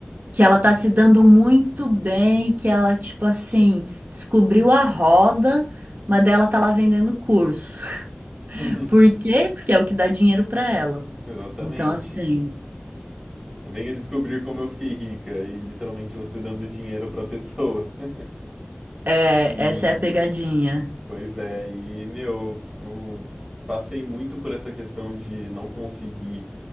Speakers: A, on the right (about 45°); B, in the centre.
A: que ela tá se dando muito bem, que ela tipo assim, descobriu a roda, mas dela tá lá vendendo curso.
B: <laughs>
A: <laughs> Por quê? Porque é o que dá dinheiro pra ela.
B: Exatamente.
A: Então assim,
B: Venha descobrir como eu fiquei rica e literalmente você dando dinheiro pra pessoa. <laughs>
A: é,
B: E
A: essa é a pegadinha.
B: pois é, e meu, eu passei muito por essa questão de não conseguir